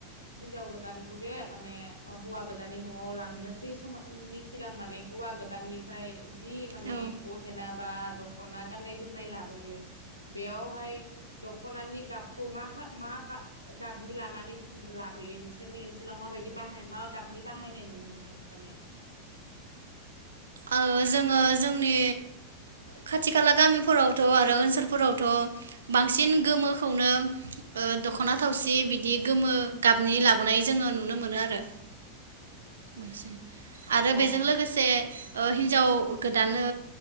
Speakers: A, on the left; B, on the right.
A: हिनजाव गोदानखौ जे माने हौवा गोदाननि नआव लांनोसै समनि सिगां माने हौवा गोदाननिफ्राय जि माने
B: औ ओ
A: गहेना बा दख खना गाननाय जोमनाय लाबोयो बेयावहाय दखनानि गाबखौ मा माखा मा गाबनि लानानै लाबोयो नोंसोरनि ओनसोलाव माबायदि बाहाय मा गाबनि बाहायनाय नुनो मोनो माने
B: आंङो जोंङो जोंनि खाथि खाला गामिफोरावथ आरो ओनसोलफोरावथ बांसिन गोमोखौनो ओ दखना थावसि बिदि गोमो गाबनि लाबोनाय जोंङो नुनो मोनो आरो। बांसिन आरो
A: अ
B: बेजों लोगोसे ओ हिन्जाव गोदानानो